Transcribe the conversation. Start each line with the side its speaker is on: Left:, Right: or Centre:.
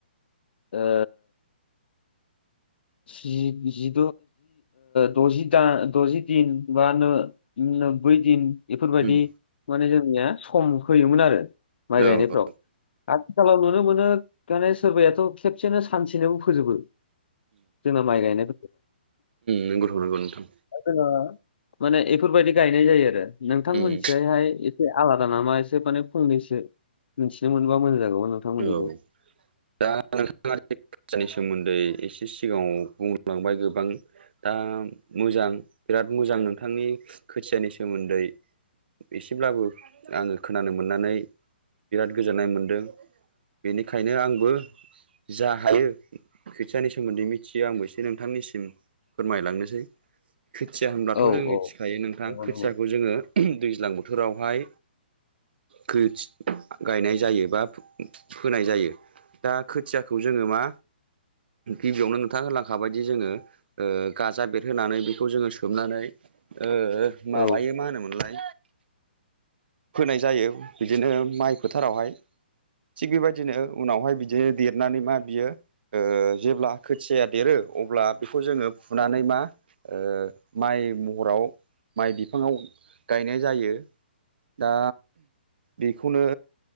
Left: ओ जिद' जि द'जि दा दजि दिन बा ओ नोब्बै दिन बेफोरबायदि
Right: उम
Left: माने जोंनिया सम होयोमोन आरो माइ गायनायफ्राव
Right: औ उम
Left: आथिखालाव नुनो मोनो सोरबाथ' खेबसेनो सानसेनोबो फोजोबो जोंना माइ गायनाय
Right: नंगौथ' नंगौ नोंथां
Left: दा जोङो माने बेफोरबायदि गायनाय जायो आरो नोंथां
Right: उम
Left: मोनथिजायहाय एसे आलादा नामा एसे माने फंनैसो मिथिनो मोनबा मोजां जागौमोन नोंथांमोननिखौ
Right: औ दा नोंथाङा <unintelligible> सोमोन्दै एसे सिगाङाव बुंलांबाय गोबां दा मोजां बिराद मोजां नोंथांनि खोथियानि सोमोन्दै एसेब्लाबो आङो खोनानो मोननानै बिराद गोजोननाय मोनदों बेनिखायनो आंबो जा हायो खोथियाानि सोमोन्दै मिथियो आंबो एसे नोंथांनिसिम फोरमायलांनोसै खोथिया होनब्लाथ'
Left: औ
Right: जों मिथिखायो
Left: औ
Right: नोंथां
Left: नंगौ
Right: खोथियाखौ
Left: नंगौ
Right: जोङो दैज्लां बोथोरावहाय खोथा गायनाय जायो बा फोनाय जायो दा खोथियाखौ जोङो मा गिबियावनो नोंथाङा होनलांखाबायदि जोङो ओ गाजा बेरहोनानै बेखौ जोङो सोमनानै ओ माबायो
Left: औ
Right: मा होनोमोनलाय? फोनाय जायो। बिदिनो माइ फोथारावहाय थिग बेबायदिनो उनावहाय बि दि जे देरनानै मा बियो ओ जेब्ला खोथियाया देरो अब्ला बेखौ जोङो फुनानै मा ओ माइ माइ महराव माइ बिफाङाव गायनाय जायो दा बेखौनो